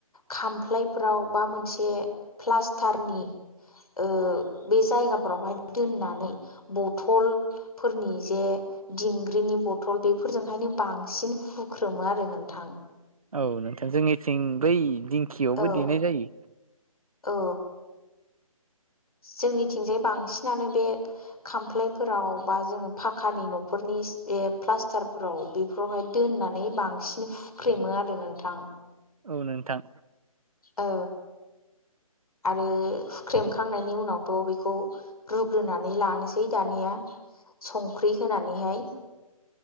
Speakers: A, on the left; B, on the right.
A: खामफ्लायफोराव बा मोनसे प्लास्टारनि ओ बे जायगाफोरावहाय दोननानै बथलफोरनि जे दिंग्रिनि बथल बेफोरजोंहायनो बांसिन हुख्रोमो आरो नोंथां।
B: औ नोंथां जोंनिथिं बै दिंखियावबो
A: औ
B: देनाय जायो।
A: औ जोंनिथिंजाय बांसिनानो बे खामफ्लायफोराव बा जोङो फाखानि न'खरनि बे प्लास्टारफोराव बेफोरावहाय दोननानै बांसिन फुख्रेमो आरो नोंथां।
B: औ नोंथां।
A: औ आरो हुख्रेमखांनायनि उनावथ' बेखौ रुग्रोनानै लानोसै दानिया। संख्रि होनानैहाय।